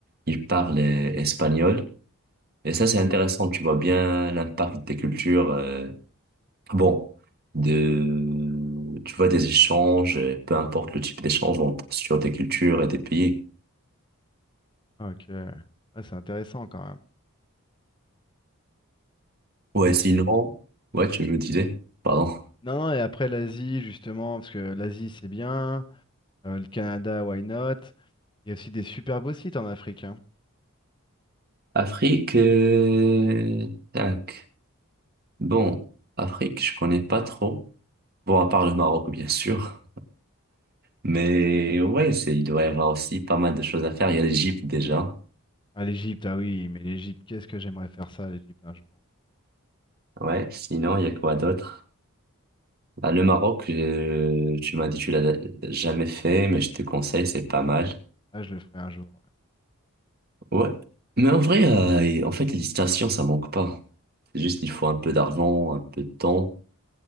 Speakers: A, on the right (about 45°); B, on the left (about 20°).
A: ils parlent euh, espagnol et ça c'est intéressant, tu vois bien l'impact des cultures euh, Bon, de, tu vois, des échanges, euh, peu importe le type d'échange, on- sur des cultures et des pays.
B: Ah, Ok. Ouais, c'est intéressant quand même.
A: Ouais,
B: Et
A: sinon,
B: tu-
A: ouais, tu me disais, pardon.
B: Non, non, et après l'Asie, justement, parce que l'Asie, c'est bien. euh, le Canada, why not? Il y a aussi des super beaux sites en Afrique, hein.
A: Afrique, euh, tac. Bon, Afrique, je connais pas trop. Bon, à part le Maroc, bien sûr. Mais ouais, c'est, il doit y avoir aussi pas mal de choses à faire. Il y a l'Égypte déjà.
B: Ah, l'Égypte, ah oui, mais l'Égypte, qu'est-ce que j'aimerais faire ça, l'Égypte, un jour.
A: Ouais, sinon, il y a quoi d'autre? Bah, le Maroc, euh, tu m'as dit, tu l'as jamais fait, mais je te conseille, c'est pas mal.
B: Ah, je le ferai un jour. ouais.
A: Ouais. Mais en vrai, euh, en fait, les destinations, ça manque pas. C'est juste qu'il faut un peu d'argent, un peu de temps,